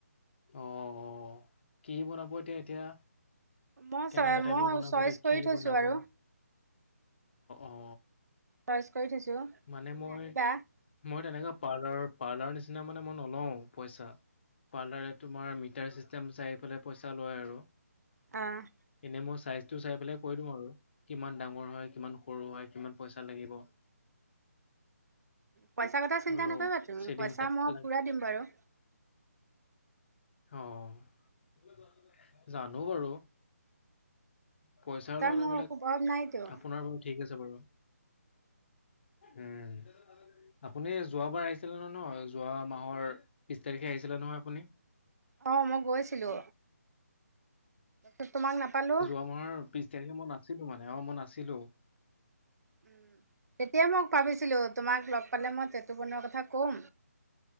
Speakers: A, on the left; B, on the right.
A: অ', অ'কি বনাব এতিয়া, এতিয়া?
B: মই
A: কেনেকা
B: চ
A: টাইপৰ
B: মই
A: বনাব
B: চইচ কৰি
A: কি
B: থৈছো
A: বনাব
B: আৰু
A: অ', অ'।
B: চইচ কৰি থৈছোঁ,
A: মানে
B: তুমি
A: মই
B: আহিবা।
A: মই তেনেকোৱা পাৰ্লাৰ, পাৰ্লাৰ নিচিনা মানে মই নলওঁ পইচা পাৰ্লাৰ। তোমাৰ মিটাৰ ছিষ্টেম চাই পেলাই পইচা লয় আৰু।
B: অ'।
A: এনেই মই চাইজটো চাই পেলাই কৈ দিম আৰু। কিমান ডাঙৰ হয় কিমান সৰু হয় কিমান পইচা লাগিব।
B: পইচা কথা চিন্তা
A: আৰু
B: নকৰিবা তুমি
A: চেডিং
B: পইচা
A: তাত
B: মই
A: লাগ
B: পুৰা দিম বাৰু।
A: অ', জানো বাৰু। পইচাৰ লগত
B: মোৰ
A: হেবিলাক
B: অভাৱ নাইতো।
A: আপোনাৰ। ঠিক আছে বাৰু উম। আপুনি যোৱাবাৰ আহিছিলে নহয় নহ, যোৱা মাহৰ বিছ তাৰিখে আহিছিলে নহয় আপুনি।
B: অ', মই গৈছিলোঁ তো-তোমাক নাপালোঁ।
A: আমাৰ। বিশ তাৰিখে মই নাছিলোঁ মানে অ', মই নাছিলোঁ।
B: উম। তেতিয়া মই ভাবিছিলোঁ, তোমাক লগ পালে মই টেটু বনৰোৱাৰ কথা ক'ম।